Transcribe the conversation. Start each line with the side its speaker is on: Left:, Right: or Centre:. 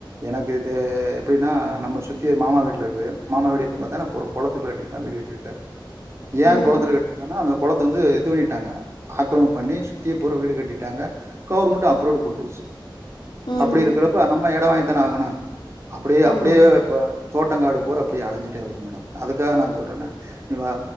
Right: எனக்கு இது எப்டின்னா நம்மள சுத்தி மாமா வீட்ல இருக்குது மாமா வீடு எப்டி பாத்தாலு ஒரு கொளத்துக்குள்ள கட்டிருக்காங்க வீடு கட்டிருக்காரு ஏன்
Left: ம்
Right: கொளத்துல கட்டிருக்காருன்னா அந்த கொளத்து வந்து இது பண்ணி ஆக்கிரமிப் பண்ணி சுத்திய போற வீடு கட்டிட்டாங்க கவர்மெண்ட் அப்ரோடு கொடுத்துருச்சி
Left: ம்
Right: அப்டி இருக்கிறப்ப நம்ம எடொ வாங்கி தானே ஆகணு அப்டி
Left: ஆமா
Right: அப்டியே
Left: ஆமா
Right: இப்ப தோட்ட தோட்டங்காடு பூரா அப்டியே அழிஞ்சிட்டே வருது மேடம் அதுக்காக நான் சொல்றே நானு வா